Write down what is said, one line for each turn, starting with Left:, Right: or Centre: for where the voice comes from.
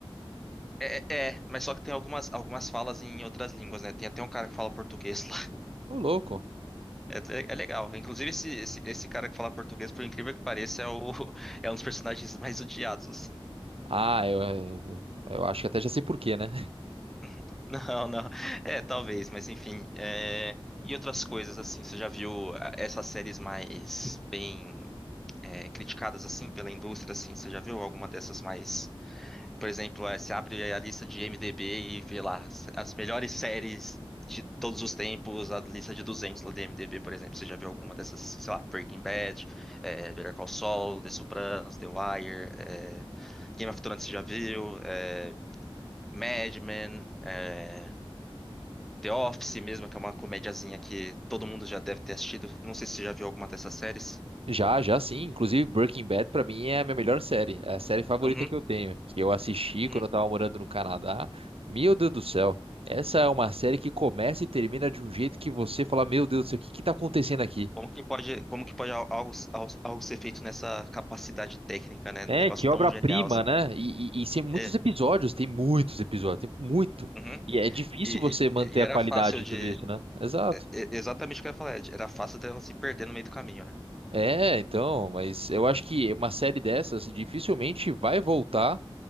Centre: É, é, é, mas só que tem algumas, algumas falas em outras línguas, né? Tem até um cara que fala português lá. <laughs>
Right: Ô, louco.
Centre: É, é- é legal. Inclusive, esse, esse, esse cara que fala português, por incrível que pareça, é, o, <laughs> é um dos personagens mais odiados, assim.
Right: Ah, eu, eu acho que até já sei por quê, né?
Centre: <laughs> Não, não. É, talvez, mas enfim. é, E outras coisas, assim, você já viu ah, essas séries mais bem é, criticadas, assim, pela indústria, assim, você já viu alguma dessas mais... Por exemplo, é, você abre a lista de IMDb e vê lá as as melhores séries de todos os tempos, a lista de 200 lá do IMDb, por exemplo. Você já viu alguma dessas, assim, sei lá, Breaking Bad, é, Better Call Saul, The Sopranos, The Wire, é, Game of Thrones, você já viu, é, Mad Men... é, The Office mesmo, que é uma comediazinha que todo mundo já deve ter assistido. Não sei se você já viu alguma dessas séries.
Right: Já, já sim. Inclusive, Breaking Bad pra mim é a minha melhor série. É a série favorita
Centre: Uhum,
Right: que eu tenho, que eu assisti
Centre: uhum.
Right: quando eu tava morando no Canadá. Meu Deus do céu. Essa é uma série que começa e termina de um jeito que você fala, meu Deus do céu, o que que tá acontecendo aqui?
Centre: Como que pode, como que pode al- algo, al- algo ser feito nessa capacidade técnica, né?
Right: É,
Centre: Um negócio
Right: que
Centre: tão
Right: obra-prima,
Centre: genial assim.
Right: né? E, e, e tem muitos
Centre: É.
Right: episódios, tem muitos episódios, tem muito.
Centre: uhum.
Right: E é difícil
Centre: E,
Right: você manter
Centre: e
Right: a
Centre: era
Right: qualidade
Centre: fácil
Right: e
Centre: de.
Right: tudo isso, né? Exato.
Centre: é- é Exatamente o que eu ia falar, Ed. era fácil dela se perder no meio do caminho, né?
Right: É, então, mas eu acho que uma série dessas dificilmente vai voltar